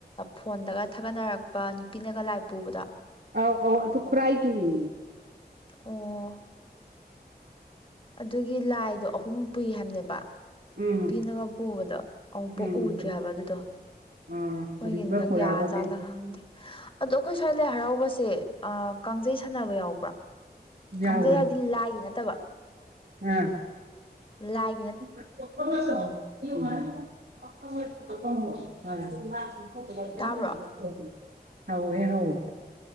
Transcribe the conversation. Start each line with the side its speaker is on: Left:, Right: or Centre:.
Left: ꯐꯣꯟꯗꯒ ꯊꯥꯒꯠꯅꯔꯛꯄ ꯅꯨꯄꯤꯅꯒ ꯂꯥꯏ ꯄꯨꯕꯗꯣ
Right: ꯑ ꯑ ꯇꯨ ꯈꯨꯔꯥꯏ ꯗꯅꯤ
Left: ꯑꯣ ꯑꯗꯨꯒꯤ ꯂꯥꯏꯗꯣ ꯑꯍꯨꯝ ꯄꯨꯏ ꯍꯥꯏꯕꯅꯦꯕ
Right: ꯎꯝ
Left: ꯅꯨꯄꯤꯅꯒ ꯄꯨꯕꯗꯣ ꯑꯃꯨꯛ ꯄꯨꯛ
Right: ꯎꯝ
Left: ꯎꯗ꯭ꯔꯤ ꯍꯥꯏꯕ ꯑꯗꯨꯗꯣ
Right: ꯑꯥ ꯄꯨꯔꯤꯕ
Left: ꯃꯣꯏꯒꯤ
Right: ꯄꯨꯔꯥꯕꯒꯤ
Left: ꯌꯥꯖꯥꯠꯂꯥ ꯈꯪꯗꯦ ꯑꯗꯣ ꯑꯩꯈꯣꯏ ꯁ꯭ꯋꯥꯏ ꯂꯥꯏ ꯍꯔꯥꯎꯕꯁꯦ ꯀꯥꯡꯖꯩ ꯁꯥꯟꯅꯕ ꯌꯥꯎꯕ꯭ꯔꯣ
Right: ꯌꯥꯎꯋꯦ
Left: ꯈꯪꯖꯩ ꯍꯥꯏꯗꯤ ꯂꯥꯏꯒꯤ ꯅꯠꯇꯕ
Right: ꯑꯥ
Left: ꯂꯥꯏ
Right: <unintelligible> <unintelligible>
Left: ꯇꯥꯕ꯭ꯔꯣ
Right: ꯍꯧꯋꯦ ꯍꯧꯋꯦ